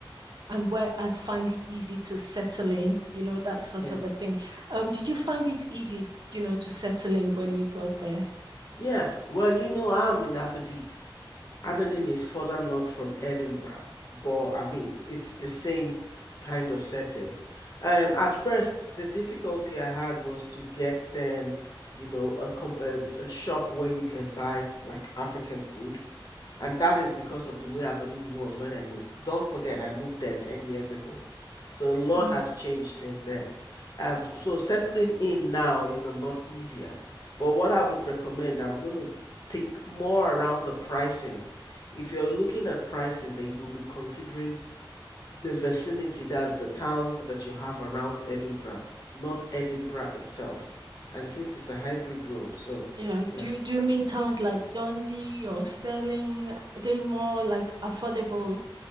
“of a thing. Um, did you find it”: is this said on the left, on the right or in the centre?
Right